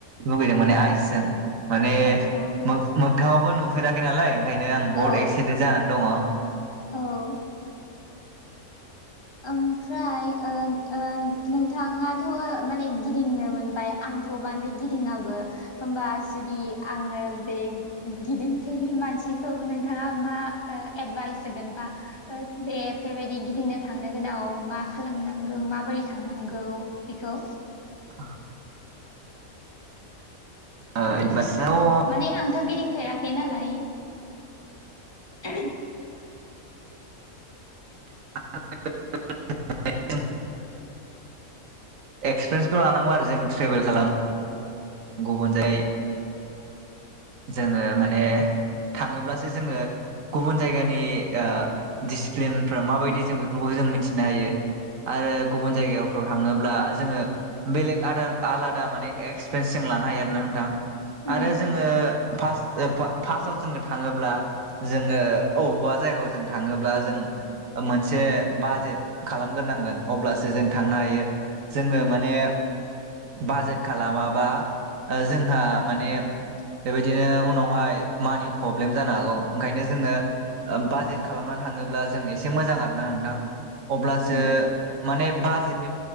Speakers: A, on the right; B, on the left.
A: लुगैदों माने आइसजों माने
B: आतसा
A: मो
B: आतसा
A: मो मोगथाङावबो नुफेराखै नालाय ओंखायनो आं बहुत
B: औ
A: एक्सा बिदि जानानै दङ औ
B: औ ओमफ्राय ओ ओ नोंथाङाथ' माने गिदिंनो मोनबाय आंथ' बांद्राय गिदिङाबो होमबा जुदि आङो बे गिदिंफेरि मानसि खौ नोंथाङा मा एडभाइस होगोन बा बेफोरबायदि गिदिंनो थांनो गोनाङाव मा खालामनांगौ माबोरै थांनांगौ बेखौ
A: आ ओ एदबास <unintelligible>
B: माने आंथ' गिदिंफेराखै नालाय <inaudible>
A: आ <unintelligible> एक्सिरियन्सखौ लानांगौ आरो जों ट्रेभल खालाम गुबुनजाय जोङो माने थाङोब्लासो जोङो गुबुन जायगानि ओ डिसिप्लिनफ्रा माबायदि जों बेफोरखौ जों मिथिनो हायो। आरो गुबुन जायगाफ्राव थाङोब्ला जोङो बेलेग आद आलादा माने एस फ्रेन्स सिं लानो हायो आरो ना नोंथां
B: उम
A: आरो जोङो फासट फार्स्टआव जोङो थाङोब्ला जोङो अबावबा जायगायाव जों थाङोब्ला जों मोनसे बाजेट खालामग्रोनांगोन अब्लासो जों थांनो हायो जोङो
B: उम
A: माने बाजेट खालामा बा ओ जोंहा माने बेबायदिनो उनावहाय मानि प्रब्लेम जानो हागौ ओंखायनो जोङो बाजेट खालामनानै थाङोब्ला जों एसे मोजां आरोना नोंथां अब्लासो
B: उम
A: माने बाजेटनि